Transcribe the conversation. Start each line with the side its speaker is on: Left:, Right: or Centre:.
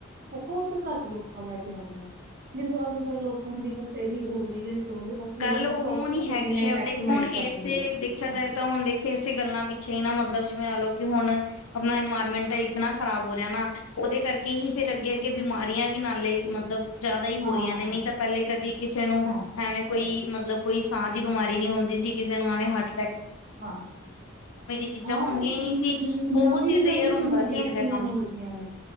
Right: ਬਹੁਤ ਘੱਟ ਲੋਕਾਂ ਦਾ ਧਿਆਨ ਆ ਦੇਖੋ ਅੱਜ ਕੱਲ ਲੋਕਾਂ ਦੀ ਬਸ ਇਹੀ ਹੋ ਗਈ ਹੈ ਸੋਚ ਅਸੀਂ
Left: ਗੱਲ
Right: ਆਪਣੇ
Left: ਉਹ
Right: ਪ੍ਰੋਫਿਟਸ
Left: ਨੀ
Right: ਨੂੰ
Left: ਹੈਗੀ
Right: ਕਿਵੇਂ
Left: ਹੈ
Right: ਮੈਕਸੀਮਾਈਜ਼
Left: ਦੇਖੋ ਹੁਣ ਇਸੇ
Right: ਕਰ ਲਈਏ
Left: ਦੇਖਿਆ
Right: ਹਾਂ
Left: ਜਾਏ ਤਾਂ ਹੁਣ ਦੇਖੇ ਇਸੇ ਗੱਲਾਂ ਪਿੱਛੇ ਹੀ ਨਾ ਮਤਲਬ ਮਤਲਬ ਜਿਵੇਂ ਲਾ ਲਓ ਕਿ ਹੁਣ ਆਪਣਾ ਇਨਵਾਇਰਮੈਂਟ ਇਤਨਾ ਖ਼ਰਾਬ ਹੋ ਰਿਹਾ ਨਾ ਉਹਦੇ ਕਰਕੇ ਹੀ ਫੇਿਰ ਅੱਗੇ ਅੱਗੇ ਬਿਮਾਰੀਆਂ ਵੀ ਨਾਲੇ ਮਤਲਬ ਜ਼ਿਆਦਾ ਹੀ ਹੋ
Right: ਹਾਂ
Left: ਰਹੀਆਂ ਨੇ ਨਹੀਂ ਤਾਂ ਪਹਿਲੇ ਕਦੀ ਕਿਸੇ ਨੂੰ
Right: ਹਾਂ
Left: ਐਵੇਂ ਮਤਲਬ ਕੋਈ ਸਾਹ ਦੀ ਬਿਮਾਰੀ ਨੀ ਹੁੰਦੀ ਸੀ ਕਿਸੇ ਨੂੰ ਐਵੇਂ ਹੱਟ
Right: ਹਾਂ
Left: ਚੀਜ਼ਾਂ
Right: ਆਾਂ
Left: ਹੁੰਦੀਆਂ ਹੀ ਨਹੀਂ ਸੀ ਬਹੁਤ
Right: ਨਵੀਂ
Left: ਹੀ
Right: ਨਵੀਂ
Left: ਰੇਅਰ ਹੁੰਦਾ
Right: ਬਿਮਾਰੀਆਂ
Left: ਸੀ ਇਹ
Right: ਸੁਣਨ
Left: ਜਿਹਾ ਕੰਮ
Right: ਨੂੰ ਮਿਲਦੀਆਂ ਨੇ